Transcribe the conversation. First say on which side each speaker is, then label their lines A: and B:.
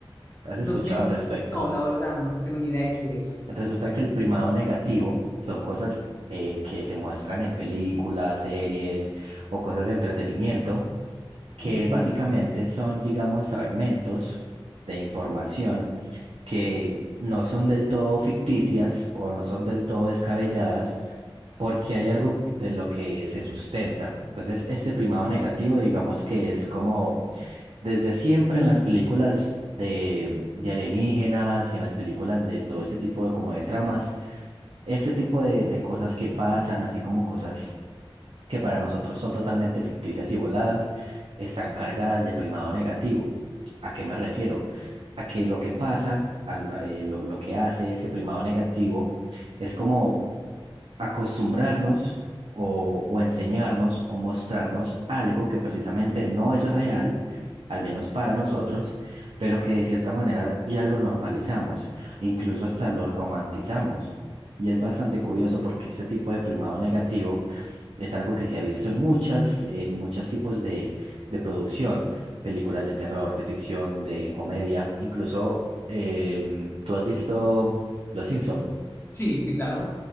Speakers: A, on the right; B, on the left.
A: ¿Has escuchado
B: No tengo,
A: al respecto?
B: no, la verdad, no, no tengo ni idea de qué es.
A: Resulta que el primado negativo son cosas eh, que se muestran en películas, series o cosas de entretenimiento, que
B: Ujú.
A: básicamente son, digamos, fragmentos de información que no son del todo ficticias o no son del todo descabelladas porque hay algo de lo que se sustenta. Entonces, este primado negativo, digamos que es como desde siempre en las películas de, de alienígenas y en las películas de todo este tipo de como de tramas, este tipo de, de cosas que pasan, así como cosas que para nosotros son totalmente ficticias y voladas, están cargadas de primado negativo. ¿A qué me refiero? A que lo que pasa, al- a, eh, lo, lo que hace este primado negativo, es como acostumbrarnos o, o enseñarnos o mostrarnos algo que precisamente no es real, al menos para nosotros, pero que de cierta manera ya lo normalizamos, incluso hasta lo romantizamos. Y es bastante curioso porque este tipo de primado negativo es algo que se ha visto en muchas, eh, muchos tipos de, de producción, películas de terror, de ficción, de comedia, incluso em, tú has visto Los Simpson.
B: Sí, sí, claro.